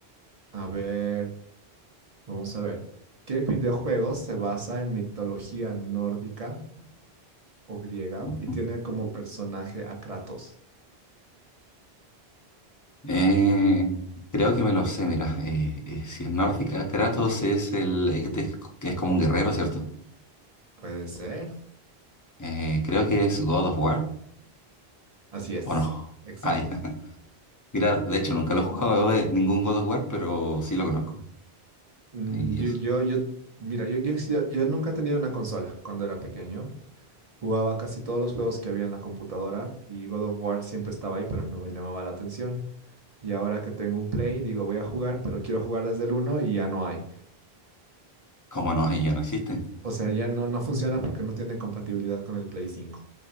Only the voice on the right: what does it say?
A ver, vamos a ver. ¿Qué videojuego se basa en mitología nórdica o griega
y tiene como personaje a Kratos?
Puede ser.
Así es,
exacto.
Mm,
Yo,
yo, yo, mira, yo, yo, yo- yo nunca he tenido una consola cuando era pequeño. Jugaba casi todos los juegos que había en la computadora y God of War siempre estaba ahí, pero no me llamaba la atención. Y ahora que tengo un Play, digo, voy a jugar, pero quiero jugar desde el uno y ya no hay.
O sea, ya no, no funciona porque no tiene compatibilidad con el Play cinco